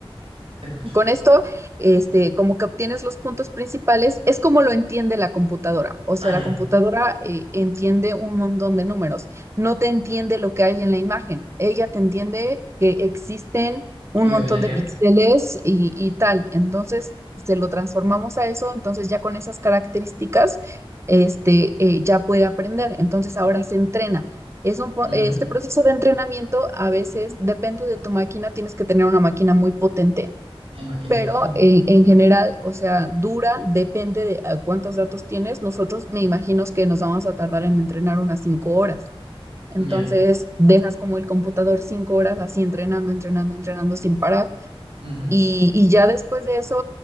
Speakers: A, on the right; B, on the right.
A: Te escucho.
B: con esto, este, como que obtienes los puntos principales, es como lo entiende la computadora. O sea,
A: Ah,
B: la
A: ya,
B: computadora eh, entiende un montón de números. No te entiende lo que hay en la imagen. Ella te entiende que existen un
A: código
B: montón
A: binario.
B: de píxeles y, y tal. Entonces, se lo transformamos a eso. Entonces, ya con esas características, este, eh, ya puede aprender. Entonces, ahora se entrena. Es un, po-
A: Ujú,
B: este proceso de entrenamiento a veces depende de tu máquina, tienes que tener una máquina muy potente
A: Me imagino.
B: pero
A: <laughs>
B: eh, en general, o sea, dura, depende de a cuántos datos tienes. Nosotros me imagino que nos vamos a tardar en entrenar unas cinco horas. Entonces,
A: Ya.
B: dejas como el computador cinco horas así entrenando, entrenando, entrenando sin parar.
A: ujú,
B: Y, y ya después de eso,